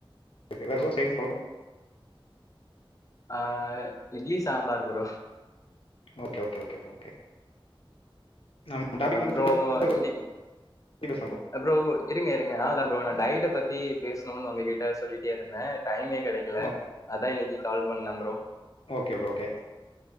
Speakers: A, on the left (about 80°); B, on the left (about 35°).
A: ஓகே வேறெது சைடிஸ் கொழம்பு
B: ஆ idli sambar bro
A: okay okay okay bro okay நம்ம டாபிக்
B: அப்றோ
A: வந்து ஃபுட்ட ஃபுட்ட
B: இன்னக்கி
A: பத்தி பேசலாம்
B: அ ப்ரோ இருங்க இருங்க ஆ தா ப்ரோ நா டய்ட்ட பத்தி பேசனுன் உங்க கிட்ட சொல்லிட்டே இருந்தே டைமே கெடைக்கல
A: ஓகே
B: அதா இன்னைக்கி கால் பண்ணே ப்ரோ
A: ஓகே ப்ரோ ஓகே